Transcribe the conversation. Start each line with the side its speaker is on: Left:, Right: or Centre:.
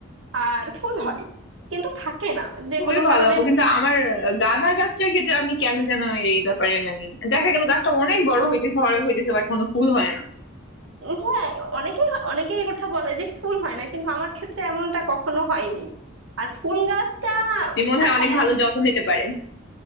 Right: আর ফুল হয় কিন্তু থাকে না যে
Left: খুবই
Right: কোনো
Left: ভালো
Right: কারণে
Left: আপু কিন্তু আমার গাঁদা গাছটার ক্ষেত্রে আমি কেন যেন এই ব্যাপারে মানে দেখা গেল গাছটা অনেক বড় হইতেছে বড় হইতেছে বাট কোনো ফুল হয় না
Right: উম, হ্যাঁ অনেকে অনেকে এই কথা বলে যে ফুল হয় না কিন্তু আমার ক্ষেত্রে এমনটা কখনো হয়নি আর ফুল গাছটা
Left: আপনি মনে হয়
Right: হ্যাঁ
Left: অনেক ভালো যত্ন নিতে পারেন